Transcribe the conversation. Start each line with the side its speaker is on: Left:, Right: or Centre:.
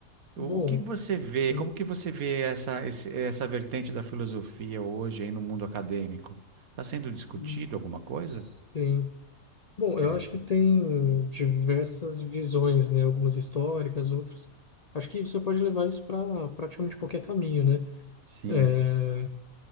Left: Bom.
Right: o, o que você vê?
Left: Hum,
Right: Como que você vê essa, esse- essa vertente da filosofia hoje aí no mundo acadêmico? Está sendo discutido
Left: hum,
Right: alguma coisa?
Left: Sim. Bom,
Right: Interessante.
Left: eu acho que tem diversas visões, né? Algumas históricas, outras. Acho que você pode levar isso para praticamente qualquer caminho, né?
Right: Sim,
Left: É,